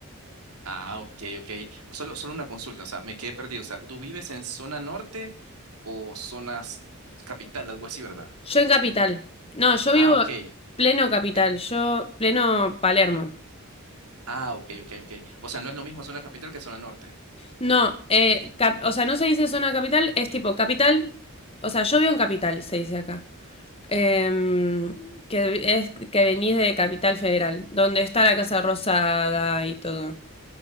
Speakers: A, on the right (about 85°); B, on the left (about 25°).
A: Ah, ok, ok. Solo, solo una consulta, o sea, me quedé perdido. O sea, ¿tú vives en zona norte o zonas capital, algo así, ¿verdad?
B: Yo en Capital. No, yo vivo
A: Ah, ok.
B: pleno Capital,
A: En-
B: yo pleno Palermo.
A: Ah, ok, ok, ok. O sea, no es lo mismo zona capital que zona norte.
B: No, eh, cap- o sea, no se dice zona capital, es tipo Capital, o sea, yo vivo en Capital, se dice acá. Em, que es que venís de Capital Federal, donde está la Casa Rosada y todo.